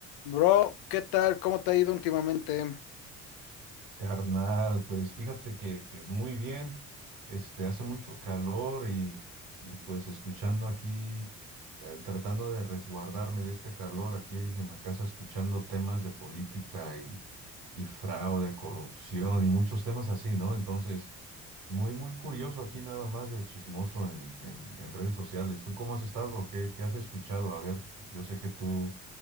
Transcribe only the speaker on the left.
Bro, ¿qué tal? ¿Cómo te ha ido últimamente?